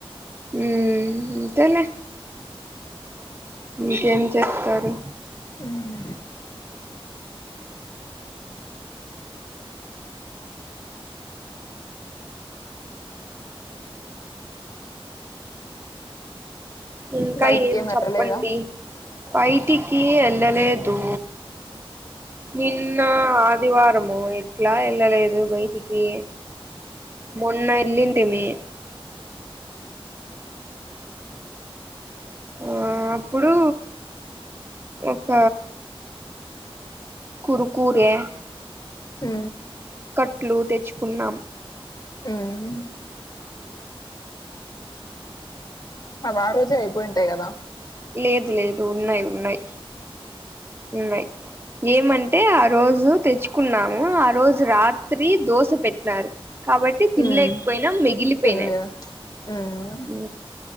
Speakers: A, on the right (about 25°); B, on the left (about 40°).
A: హ్మ్మ్ అంతేలే ఇంకేం చెత్తరు
B: ఉహు
A: ఇంకా
B: బయటికి
A: ఏం చెప్పండి
B: వెళ్ళలేదా
A: బైటికి వెళ్ళలేదు నిన్న ఆదివారము ఎట్లా ఏళ్లలేదు బైటికి మొన్న ఎల్లింటిమీ ఆ అప్పుడు ఒక కురుకురే
B: హ
A: క్లు తెచ్చుకున్నాం
B: ఉహు అవి ఆరోజే అయిపోయింటాయి కదా
A: లేదు లేదు ఉన్నాయి ఉన్నాయి ఉన్నాయి ఏమంటే ఆ రోజు తెచ్చుకున్నాము ఆ రోజు రాత్రి దోశ పెట్టినారు కాబట్టి తినలేకపోయినా
B: ఉమ్
A: మిగిలిపోయినాయి
B: తినలేదా ఉమ్
A: హు